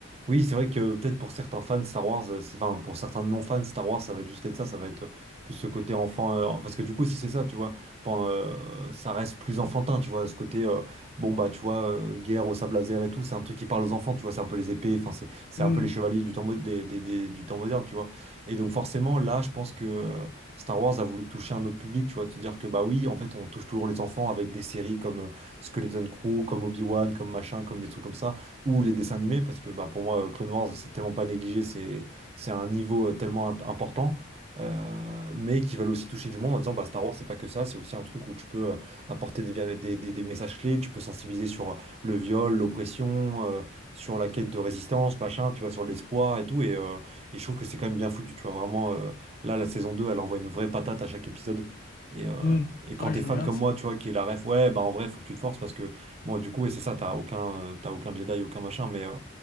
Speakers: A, on the right; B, on the left.
A: Oui, c'est vrai que peut-être pour certains fans Star Wars, euh, c'est- enfin pour certains non-fans Star Wars, ça va être juste être ça, ça va être euh, plus ce côté enfant. euh, parce que du coup, si c'est ça, tu vois, pen- euh, ça reste plus enfantin, tu vois, ce côté, euh, bon bah tu vois, euh, guerre au sable laser et tout, c'est un truc qui parle aux enfants, tu vois, c'est un peu les épées, enfin c'est c'est
B: Hmm,
A: un peu les chevaliers du temps, mo- des, des- des- du temps moderne, tu vois. Et donc forcément, là, je pense que euh, Star Wars a voulu toucher un autre public, tu vois, te dire que bah oui, en fait, on touche toujours les enfants avec des séries comme euh, Skeleton Crew, comme Obi-Wan, comme machin, comme des trucs comme ça ou les dessins animés, parce que bah, pour moi, Clone Wars, c'est tellement pas négligé, c'est c'est un niveau euh, tellement int- important, euh, mais qui valent aussi toucher du monde en disant bah, Star Wars, c'est pas que ça, c'est aussi un truc où tu peux euh, apporter des, via- des, des- des messages clés, tu peux sensibiliser sur euh, le viol, l'oppression, euh, sur la quête de résistance, machin, tu vois, sur l'espoir et tout, et, euh, et je trouve que c'est quand même bien foutu, tu vois, vraiment, euh, là, la saison 2 elle envoie une vraie patate à chaque épisode. Et, euh,
B: hmm.
A: et
B: Faudra
A: quand t'es
B: que je
A: fan
B: regarde
A: comme
B: ça.
A: moi, tu vois, qui est la ref, ouais, bah en vrai, faut que tu te forces parce que Bon, du coup, et c'est ça, t'as aucun, euh, t'as aucun Jedi, aucun machin, mais, euh,